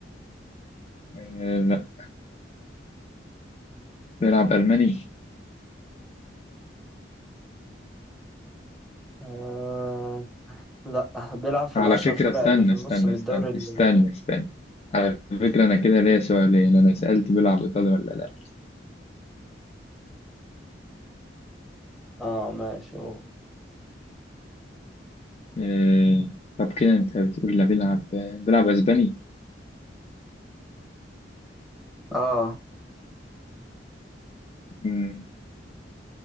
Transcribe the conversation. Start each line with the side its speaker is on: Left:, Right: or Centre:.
Left: آه، لا بلعب الماني
Centre: آه لا بيلعب في
Left: على
Centre: العشر
Left: فكرة
Centre: فرق
Left: استنى
Centre: اللي في
Left: استنى
Centre: النص من
Left: استنى
Centre: الدوري اللي...
Left: استنى استنى على فكرة انا كده ليا سؤالين انا سألت بلعب ايطالي ولا لا
Centre: اه ماشي هو
Left: آه، طب كده انت بتقول لا بلعب بلعب اسباني
Centre: اه
Left: م،